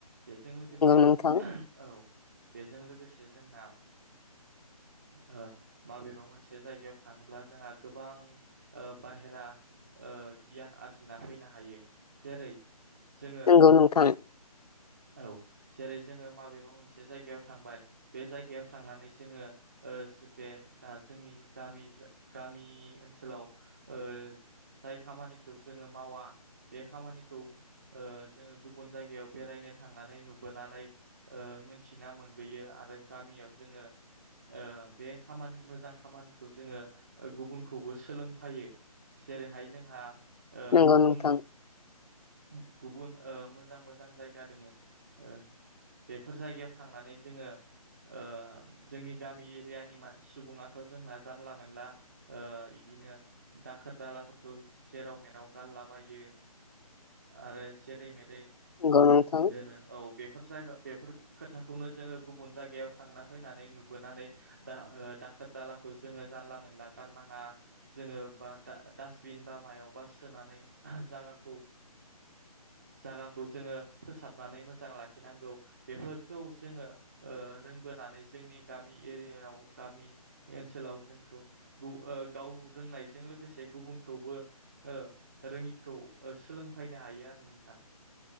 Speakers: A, on the right (about 25°); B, on the left (about 85°).
A: बेजों लोगोसे औ
B: नोंथां
A: बेजों लोगोसे जोंना ओ माबेबा मोनसे जायगायाव थाङोब्ला जोंहा गोबां ओ बाहेरा ओ गियान आरजिना फैनो हायो जेरै जोङो
B: नंगौ नोंथां नंगौ नोंथां
A: औ जेरै जोङो माबेबा मोनसे जायगायाव थांबाय बे जायगायाव थांनानै जोङो ओ जो बे दा जोंनि गामि गामि ओनसोलाव ओ जाय खामानिखौ जोङो मावा बे खामानिखौ ओ जोङो गुबुन जायगायाव बेरायनो थांनानै नुबोनानै ओ मिनथिना मोनबोयो आरो गामियाव जोङो ओ बे खामानि मोजां खामानिखौ जोङो गुबुनखौबो सोलोंफायो जेरैहाय जोंहा ओ
B: नंगौ
A: गुबुन-गुबुन
B: नोंथां
A: ओ मोजां मोजां जायगा दोङो ओ बेफोर जायगायाव थांनानै जोङो ओ जोंनि गामि एरियानि मा सुबुङाथ जोंना जानला मोनला ओ इदिनो दाखोर दाला फोरखौ जेराव मेराव गारलाबायो आरो जेरै मेरै
B: नंगौ नोंथां
A: दोनो औ बेफोर जायगा बे फोर खोथाखौनो जोङो गुबुन जायगायाव थांना फैनानै नुबोनानै दा दाखोर दालाखौ जोङो जानला मोनला गारनाङा जोङो बा दा दास बिन बा मायावबा सोनानै जागाखौ जागाखौ जोङो फोसाबनानै मोजां लाखिनांगौ बेफोरखौ जोङो ओ रोंबोनानै जोंनि गामि एरियायाव गामि ओनसोलाव जोंखौ गु गाव रोंनायजों लोगोसे गुबुन खौबो ओ रोङिखौ सोलोंफैनो हायो आरो नोंथां